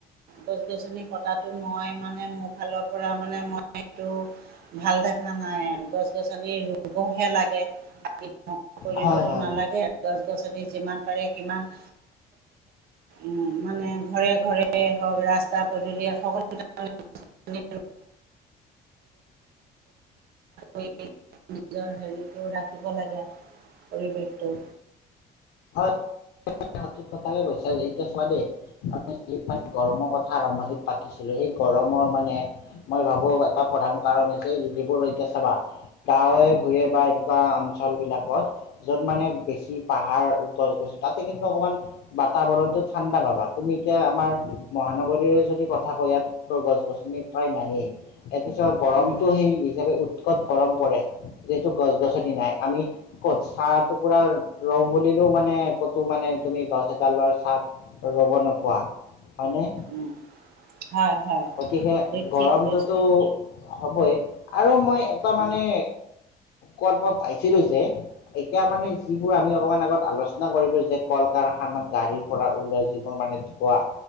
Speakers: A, on the right; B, on the left.
A: গছ গছনি কটাটো মই মানে মোৰ ফালৰ পৰা মানে মই এইটো ভাল দেখা নাই আৰু গছ গছ গছনি ৰুবহে লাগে কাটি ধংস কৰিবতো
B: হয় হয়
A: নালাগে গছ গছনি যিমান পাৰে সিমান উম মানে ঘৰে ঘৰে হওক ৰাস্তাত পদুলিয়েই সকলো <unintelligible> <unintelligible> নিজৰ হেৰিটো ৰাখিব লাগে পৰিৱেশটো
B: হয় সঠিক কথাকে কৈছো যেতিয়া চোৱা দেই আমি গৰমৰ কথা আৰম্ভণিত পাতিছিলো এ সেই গৰমৰ মানে মই ভাবো এটা প্ৰধান কাৰণ হৈছে যিবোৰ এতিয়া চাবা গাঁৱে ভূঞে বা এনেকুৱা অঞ্চল বিলাকত য'ত মানে বেছি পাহাৰ গছ গছন তাত কিন্তু অকমান বাতাবৰণ টো ঠাণ্ডা পাবা তুমি এতিয়া আমাৰ মহানগৰীৰে যদি কথা কৈ গছ গছনি প্ৰায় নায়েই এক হিচাপে গৰমটো
A: উম
B: সেই হিচাপে উৎকট গৰম পৰে যিহেতু গছ গছনি নাই আমি কত চাহ টুকুৰা ৰওঁ বুলিলেও মানে ক'তো মানে তুমি গছ এডালৰ ছা ত ৰ'ব নোপোৱা হয় নে
A: উম হয় হয়
B: গতিকে
A: এই
B: গৰমটোতো
A: ঠিক কৈছা
B: হ'বই আৰু মই এটা মানে
A: উম
B: কত বা পাইছিলো যে এতিয়া মানে যিবোৰ আমি অকমান আগত আলোচনা চনা কৰিলো যে কল কাৰখানা গাড়ীৰ পৰা ওলোৱা যিবোৰ মানে ধোঁৱা